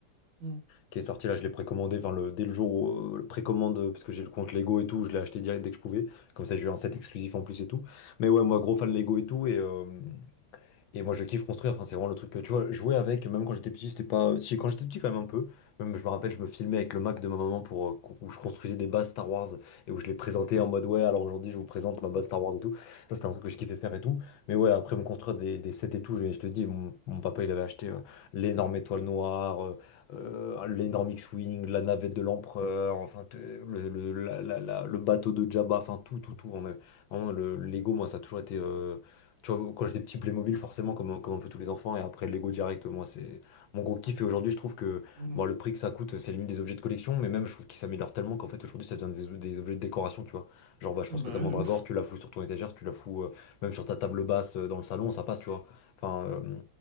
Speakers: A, on the right; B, on the left.
A: Hmm.
B: Qui est sorti là je l'ai précommandé enfin, le, dès le jour où euh, le précommande euh, parce que j'ai le compte Lego et tout je l'ai acheté direct dès que je pouvais. Comme ça j'ai eu un set exclusif en plus et tout. Mais ouais moi gros fan Lego et tout et, euh, et moi, je kiffe construire. Enfin, c'est vraiment le truc que tu vois, jouer avec, même quand j'étais petit, c'était pas. Si, quand j'étais petit, quand même un peu. Même, je me rappelle, je me filmais avec le Mac de ma maman pour euh, con- où je construisais des bases Star Wars et où je les présentais en mode ouais, alors aujourd'hui, je vous présente ma base Star Wars et tout. Ça, c'était un truc que je kiffais faire et tout. Mais ouais, après me construire des, des sets et tout, je, je te dis, mon, mon papa, il avait acheté euh, l'énorme étoile noire, euh, euh, l'énorme X-Wing, la navette de l'empereur, enfin, t- le, le, la- la- la- le bateau de Jabba, enfin, tout, tout, tout. On a- Vraiment, le Lego, moi, ça a toujours été. euh, tu vois, quand j'ai des petits Playmobil, forcément, comme, un- comme un peu tous les enfants, et après Lego direct, moi, c'est mon gros kiff. Et aujourd'hui, je trouve que
A: Hmm.
B: bon, le prix que ça coûte, c'est limite des objets de collection, mais même, je trouve qu'ils s'améliorent tellement qu'en fait, aujourd'hui, ça devient des, des objets de décoration, tu vois. Genre, bah, je pense
A: Ah
B: que
A: bah
B: ta mandragore,
A: ouais, de ouf.
B: tu la fous sur ton étagère, tu la fous euh, même sur ta table basse euh, dans le salon, ça passe, tu vois. Enfin, euh,